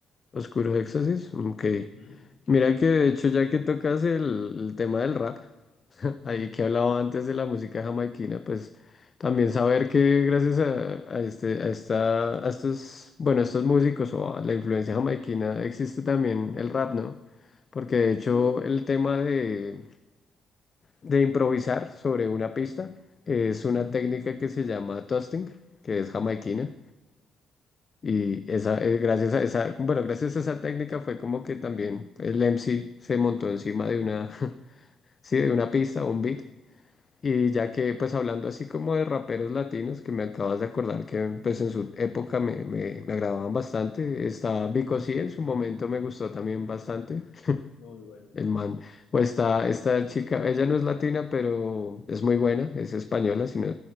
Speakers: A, on the left; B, on the left.
A: Oscuros Éxtasis, ok.
B: ujú, que...
A: Mira que de hecho ya que tocas el, el tema del rap, <laughs> ahí
B: ujú,
A: que hablaba antes de la música jamaiquina, pues también saber que gracias a, a este, a esta, a estos, bueno, a estos músicos o a la influencia jamaiquina existe también el rap, ¿no? Porque de hecho
B: Sí.
A: el tema de, de improvisar sobre una pista es una
B: ujú,
A: técnica que se llama toasting, que es jamaiquina. Y esa, eh, gracias a esa, bueno, gracias a esa técnica fue como que también el MC se montó encima de una, <laughs> sí, de una pista, o un beat. Y ya que, pues hablando así como de raperos latinos, que me acabas de acordar que pues en su época me, me, me agradaban bastante, está Vico
B: ujú.
A: C, en su momento me gustó también bastante,
B: Muy bueno.
A: el man. O está esta chica, ella no es latina, pero es muy buena, es española, si, no,